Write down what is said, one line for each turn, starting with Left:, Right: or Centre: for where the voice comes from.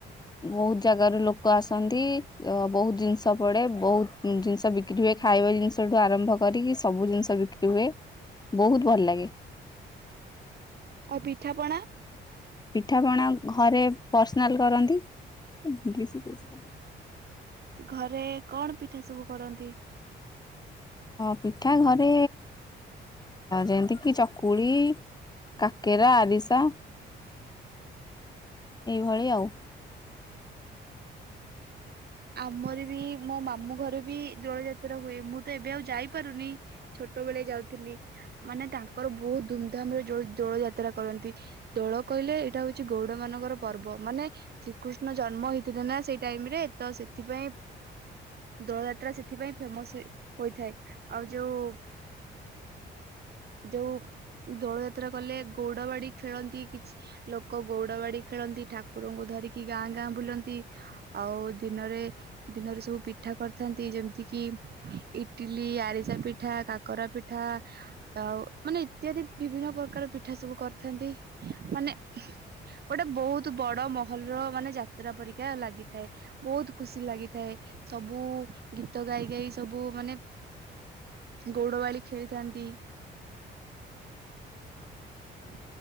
Left: ବହୁତ ଜାଗ ର ଲୋକ ଆସନ୍ତି। ଅ ବହୁତ ଜିନିଷ ପଡେ ବହୁତ ଜିନିଷ ବିିକି ହୁଏ ଖାଇବ ଜିନିଷ ଆରମ୍ଭ କରିକି ସବୁ ଜିନିଷ ବିକ୍ରି ହୁଏ। ବହୁତ ଭଲ ଲାଗେ
Right: ଆଉ ପିଠାପଣା
Left: ପିଠା ପଣା ଘରେ ପର୍ସନାଲ କରନ୍ତି। କିଛି କହୁଛି
Right: ଘରେ କଣ ପିଠା ସବୁ କରନ୍ତି
Left: ପିଠା ଘରେ ଯେମିତିକି ଚକୁଳି କାକେରା ଆରିସା ଏଇଭଳି ଆଉ
Right: ଆମର ବି ମୋ ମାମୁଁ ଘରେ ବି ଦୋଳ ଯାତ୍ରା ହୁଏ ମୁଁ ତ ଏବେ ଆଉ ଯାଇପାରୁନି ଛୋଟ ବେଳେ ଯାଉଥିଲି ମାନେ ତାଙ୍କର ବହୁତ ଧୁମଧାମ ରେ ଦୋଳ ଯାତ୍ରା କରନ୍ତି ଦୋଳ କହିଲେ ଏଇଟା ହଉଛି ଗୌଡ ମାନଙ୍କର ପର୍ବ ମାନେ ଶ୍ରୀକୃଷ୍ଣ ଜନ୍ମ ହେଇଥିଲେ ନା ସେଇ ଟାଇମ ରେ ତ ସେଥିପାଇଁ ଦୋଳ ଯାତ୍ରା ସେଥିପାଇଁ ଫେମସ ହୋଇଥାଏ ଆଉ ଯୋଉ ଯୋଉ ଦୋଳ ଯାତ୍ରା କଲେ ଗଉଡ ବାଡି ଖେଳନ୍ତି କିଛି ଲୋକ ଗଉଡ ବାଡି ଖେଳନ୍ତି ଠାକୁରଙ୍କୁ ଧରିକି ଗାଁ ଗାଁ ବୁଲନ୍ତି ଆଉ ଦିନରେ ଦିନରେ ସବୁ ପିଠା କରିଥାନ୍ତି ଯେମିତି କିି ଇଟିଲି ଆରିସା ପିଠା କାକରା ପିଠା ଆଉ ମାନେ ଇତ୍ୟାଦି ବିଭିନ୍ନ ପ୍ରକାର ପିଠା ସବୁ କରିଥାନ୍ତି ମାନେ ଗୋଟେ ବହୁତ ବଡ ମହଲର ମାନେ ଯାତ୍ରା ପରିକା ଲାଗିଥାଏ ବହୁତ ଖୁସି ଲାଗିଥାଏ ସବୁ ଗୀତ ଗାଇ ଗାଇ ସବୁ ମାନେ ଗୌଡବାଳି ଖେଳିଥାନ୍ତି ହୁଁ